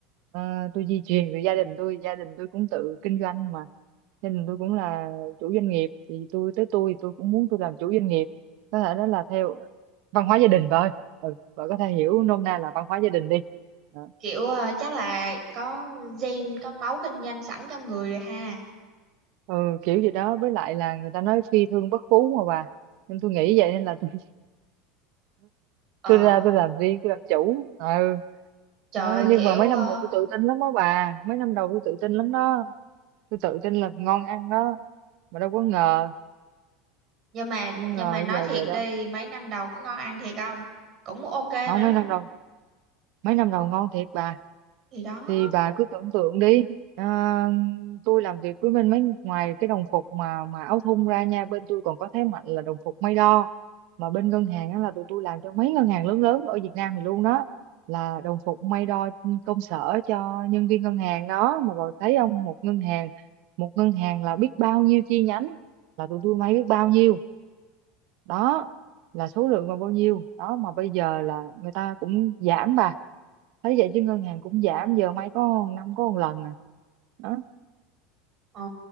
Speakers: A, on the right (about 65°); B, on the right (about 40°).
A: ờ, tôi di truyền về gia đình tôi gia đình tôi cũng tự kinh doanh mà gia đình tôi cũng là chủ doanh nghiệp thì tôi tới tôi thì tôi cũng muốn tôi làm chủ doanh nghiệp có thể đó là theo văn hóa gia đình thôi ừ, bạn có thể hiểu nôm na là văn hóa gia đình đi đó.
B: Kiểu ờ, chắc là có gen có máu kinh doanh sẵn trong người rồi ha.
A: ừ kiểu gì đó với lại là người ta nói phi thương bất phú mà bà nên tôi nghĩ vậy nên là tôi <laughs>
B: Ờ
A: tôi ra tôi làm riêng tôi làm chủ ừ
B: Trời
A: đó. nhưng
B: kiểu
A: mà mấy
B: ờ,
A: năm đầu tôi tự tin lắm đó bà mấy năm đầu tôi tự tin lắm đó tôi tự tin là ngon ăn đó mà đâu có ngờ
B: nhưng mà
A: đâu có
B: nhưng
A: ngờ
B: mà nói
A: giờ
B: thiệt
A: vậy đâu
B: đi mấy năm đầu có ngon ăn thiệt không? Cũng ok mà
A: không
B: đúng
A: mấy
B: không?
A: năm đầu mấy năm đầu
B: Ok
A: ngon thiệt bà
B: Thì đó.
A: thì bà cứ tưởng tượng đi à, tôi làm việc với bên mấy ngoài cái đồng phục mà mà áo thun ra nha bên tôi còn có thế mạnh là đồng phục may đo mà bên ngân hàng đó là tụi tôi làm cho mấy ngân hàng lớn lớn ở Việt Nam thì luôn đó là đồng phục may đo công sở cho nhân viên ngân hàng đó mà bà thấy không một ngân hàng một ngân hàng là biết bao nhiêu chi nhánh là tụi tôi may biết bao nhiêu đó là số lượng còn bao nhiêu đó mà bây giờ là người ta cũng giảm bà thấy vậy chứ ngân hàng cũng giảm giờ may có năm có một lần à đó
B: Ờ